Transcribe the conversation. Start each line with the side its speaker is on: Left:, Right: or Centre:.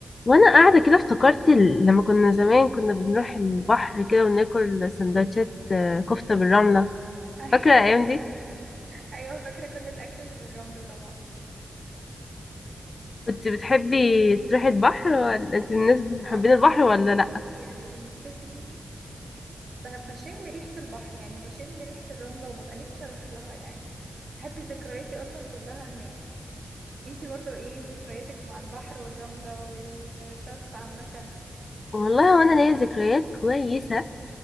Left: وانا قاعده كده افتكرت ال- لما كنا زمان كنا بنروح البحر كده وناكل سندوتشات آه، كفته بالرمله
Right: <laughs> ايوه
Left: فاكره الايام دي
Right: ايوه فاكره كل الاكل اللي بالرمل طبعا
Left: كنت بتحبي تروحي البحر ولا انت من الناس محبين
Right: انا اصلا
Left: البحر
Right: بحب
Left: ولا لا
Right: قوي يعني لما الصيف يجي ب- بشم ريحه البحر يعني بشم ريحه الرمله وببقى نفسي اروح لها يعني بحب ذكرياتي اصلا كلها هناك انتي برضو ايه ذكرياتك مع البحر والرمله والشط عامه
Left: والله وانا ليا ذكريات كويسه